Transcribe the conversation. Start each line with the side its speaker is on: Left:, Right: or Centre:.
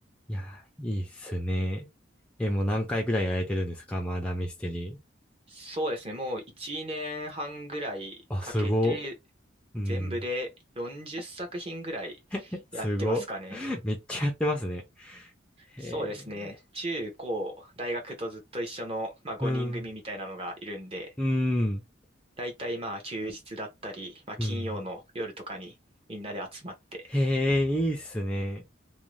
Centre: いや、いいっすね。え、
Right: うん
Centre: もう何回くらいやられてるんですかマーダーミステリー。
Right: そうですね。もう1年半ぐらいかけて、
Centre: あ、すご。うん。
Right: 全部で40作品ぐらいやってますかね。
Centre: えすご。<laughs> めっちゃやってますね。へ
Right: そうですね。
Centre: え。
Right: 中高、大学とずっと一緒の、まあ、5人組みたいなのがいるんで、
Centre: うん。うん。
Right: だいたいまあ休日だったり、まあ、
Centre: うん。
Right: 金曜の夜とかにみんなで集まって、
Centre: へえ、いいっすね。